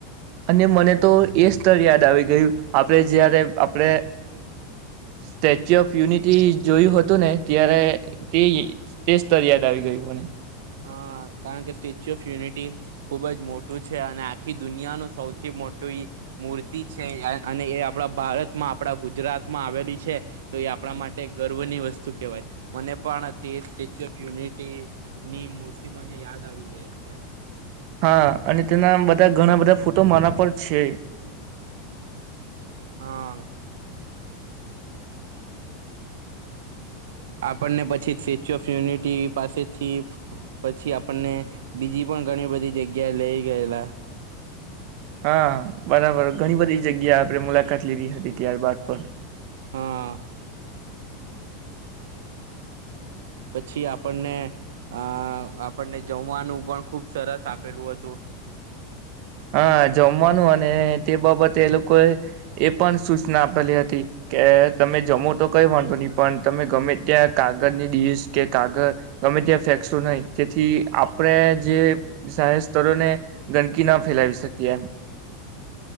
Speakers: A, on the right (about 55°); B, on the right (about 80°).
A: અને મને તો એ સ્તર યાદ આવી ગયું આપડે જયારે આપડે સ્ટેચ્યુ ઓફ યુનિટી જોયું હતું તું ને ત્યારે તે તે સ્તર યાદ આવી ગયું મને
B: હા કારણ કે સ્ટેચ્યુ ઓફ યુનિટી ખુબ જ મોટું છે અને આખી દુનિયાનું સૌથી મોટું ઈ મૂર્તિ છે અને એ આપણા ભારતમાં આપણા ગુજરાતમાં આવેલી છે તો એ આપણા માટે ગર્વની વસ્તુ કેહેવાય મને પણ તે સ્ટેચ્યુ ઓફ યુનિટી ની મૂર્તિ મને યાદ આવી ગય અત્યારે
A: હા અને તેના બધા ઘણા બધા ફોટો મારા પર છે
B: હા આપણને પછી સ્ટેચ્યુ ઓફ યુનિટી પાસેથી પછી આપણને બીજી પણ ઘણી બધી જગ્યાએ લઇ ગયેલા
A: હા બરાબર ઘણી બધી જગ્યા આપણે મુલાકાત લીધી હતી ત્યારબાદ પણ
B: હા પછી આપણને અ આપણને જમવાનું પણ ખુબ સરસ આપેલું હતું
A: હા જમવાનું અને એ તે બાબતે એ લોકોએ એ પણ સૂચના આપેલી હતી કે તમે જમો તો કઈ વાંધો નહી પણ તમે ગમે ત્યાં કાગળની ડીશ કે કાગળ ગમે ત્યાં ફેંકશો નહી જેથી આપણે જે જાહેર સ્થરોને ગંદકી ના ફેલાવી શકીએ એમ